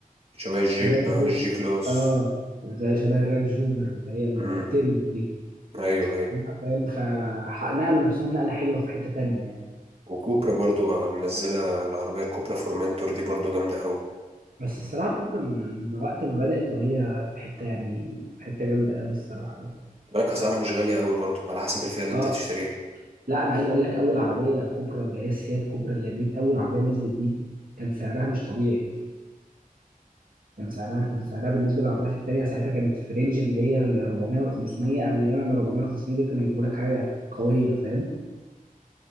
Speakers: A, on the right; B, on the right.
A: شبه الجيب
B: الرانج
A: الجي
B: رو
A: كلاس
B: اه زي شبه الرانج روفر اللي هي التيريو
A: امم
B: دي
A: ايوه ايوه
B: لا، فاهم خ... ح- نقلوا نفسهم نقلة حلوة في حتة تانية يعني
A: وكوبرا برضو بقى منزله العربيه كوبرا فورمنتور دي برضو جامده قوي
B: بس الصراحة كوبرا من وقت ما بدأت وهي في حتة يعني في حتة جامدة قوي الصراحة يعني
A: بالك اسعارها مش غاليه قوي برضو على حسب الفئه اللي
B: اه
A: انت هتشتريها
B: لا أنا عايز أقول لك أول عربية كوبرا اللي هي السيات كوبرا اللي نز- أول عربية نزلت دي كان سعرها مش طبيعي كان سعرها كان سعرها بالنسبة للعربيات التانية ساعتها كانت في رينج اللي هي ال 400 وال 500 أنا أيام ما 400 وال 500 دي كانوا يجيبوا لك حاجة قوية فاهم